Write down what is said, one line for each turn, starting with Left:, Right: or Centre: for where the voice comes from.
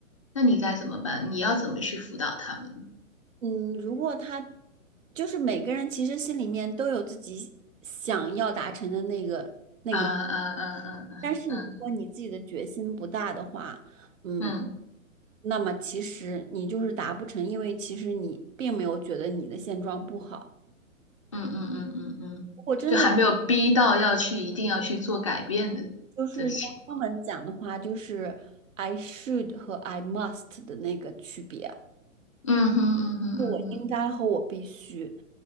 Left: 那你该怎么办？你要怎么去辅导他们呢？
Right: 嗯，如果他就是每个人其实心里面都有自己想要达成的那个那个目标，
Left: 啊啊啊啊啊
Right: 但是如果你自己的决心不大的话，嗯，
Left: 嗯
Right: 那么其实你就是达不成，因为其实你并没有觉得你的现状不好。
Left: 嗯嗯嗯嗯嗯嗯，
Right: 如果真的
Left: 就还没有逼到要去一定要去做改变的的情况。
Right: 就是用英文讲的话，就是 I should 和 I must 的那个区别。
Left: 嗯哼嗯哼嗯哼
Right: 我应该和我必须。